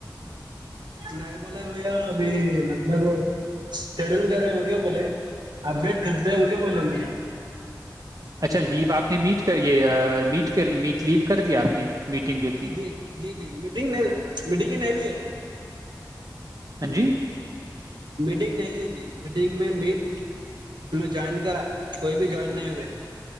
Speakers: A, on the right; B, on the right.
A: ن بول ہو ابھی <inaudible> لگ شیڈیول کرے وہگ بولے اپڈیٹ کرتے ہیں وہگ بولے میں
B: اچھا لیو آپ کے نے میٹ کا یہ میٹ میٹ لیو کر دیا آپ نے میٹنگ جو تھی
A: جی ج جی جی میٹنگ نہیں میٹنگ ہی نہیں لی ہے <inaudible>
B: ہاں جی
A: میٹنگ نہیں لی تھی میٹنگ میں میٹ جوائن کرا کوئی بھی جوائن نہیں ہوئے